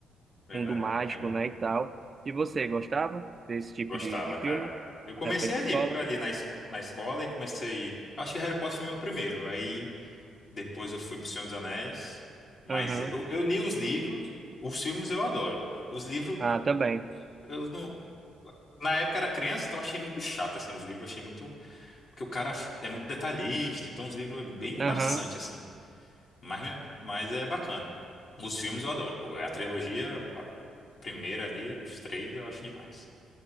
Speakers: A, on the left (about 50°); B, on the right (about 35°).
A: Verdade.
B: Mundo mágico,
A: É bom.
B: né, e tal. E você, gostava desse tipo
A: Gostava,
B: de, de filme?
A: cara. Eu comecei
B: Na época de
A: ali,
B: escola?
A: por ali na, esco- na escola e comecei. Acho que Harry Potter foi meu primeiro. Aí depois eu fui pro Senhor dos Anéis. Mas
B: Aham.
A: eu, eu li os livros, os filmes eu adoro. Os livros,
B: Ah, também.
A: eu não. Na época eu era criança, então eu achei muito chato, assim, os livros. eu Achei muito. Porque o cara é muito detalhista, então os livros é bem
B: Aham.
A: maçante, assim. Mas, mas é bacana. Os filmes eu adoro. Pô, a trilogia, a primeira ali, os três eu acho demais.